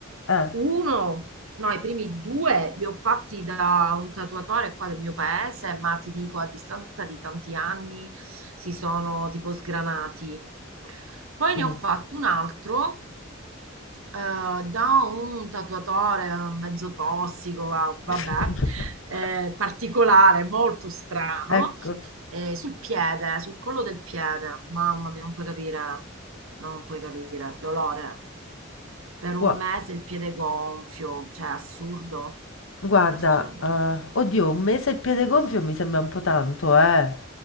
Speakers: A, on the left; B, on the right.
A: Eh,
B: Uno, no, i primi due li ho fatti da un tatuatore qua del mio paese, ma ti dico, a distanza di tanti anni si sono tipo sgranati. Poi
A: mm.
B: ne ho fatto un altro eh, da un tatuatore mezzo tossico, va- vabbè,
A: <laughs>
B: eh, particolare, molto strano.
A: Ecco.
B: Eh, sul piede, sul collo del piede. Mamma mia, non puoi capire. No, Non puoi capire. Dolore. Per un
A: Gua-
B: mese il piede gonfio. Cioè, assurdo.
A: Guarda,
B: Assurdo.
A: eh, oddio, un mese il piede gonfio mi sembra un po' tanto, eh.